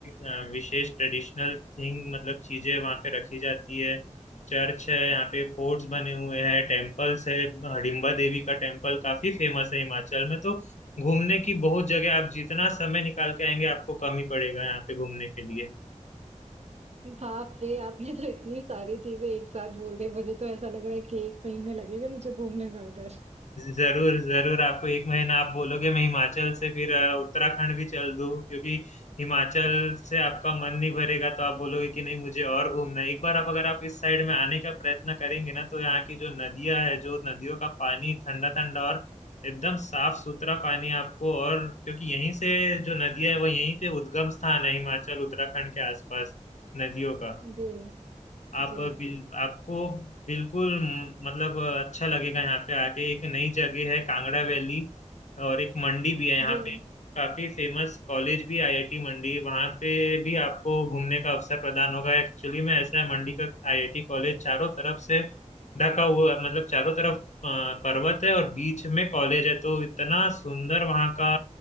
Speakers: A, on the left; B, on the right.
A: अ, विशेष ट्रेडिशनल थिंग मतलब चीजें वहाँ पे रखी जाती है चर्च है यहाँ पे फोर्ट्स बने हुए हैं टेम्पल्स है हडिम्बा देवी का टेम्पल काफी फेमस है हिमाचल में तो घूमने की बहुत जगह आप जितना समय निकाल के आएंगे आपको कम ही पड़ेगा यहाँ पे घूमने के लिए
B: बाप रे आपने तो इतनी सारी चीजें एक साथ बोल दी मुझे तो ऐसा लग रहा है कि एक महीने लगेगा मुझे घूमने में उधर
A: जरूर जरूर आपको एक महीना आप बोलोगे मैं हिमाचल से फिर अ, उत्तराखंड भी चल दूं क्योंकि हिमाचल से आपका मन नहीं भरेगा तो आप बोलोगे कि नहीं मुझे और घूमना है एक बार आप अगर आप इस साइड में आने का प्रयत्न करेंगे ना तो यहाँ की जो नदियां है जो नदियों का पानी ठंडा ठंडा और एकदम साफ सुथरा पानी आपको और क्योंकि यहीं से जो नदियां है वो यहीं पे उद्गम स्थान है हिमाचल उत्तराखंड के आसपास नदियों का
B: जी
A: आप
B: जी
A: बिल, आपको बिल्कुल मतलब अच्छा लगेगा यहाँ पे आके एक नई जगह है कांगड़ा वैली और एक मंडी भी है यहाँ
B: जी
A: पे काफी फेमस कॉलेज भी आईआईटी मंडी वहाँ पे भी आपको घूमने का अवसर प्रदान होगा एक्चुअली में ऐसा है मंडी का आईआईटी कॉलेज चारों तरफ से ढका हुआ है, मतलब चारों तरफ अ, पर्वत है और बीच में कॉलेज है तो इतना सुंदर वहाँ का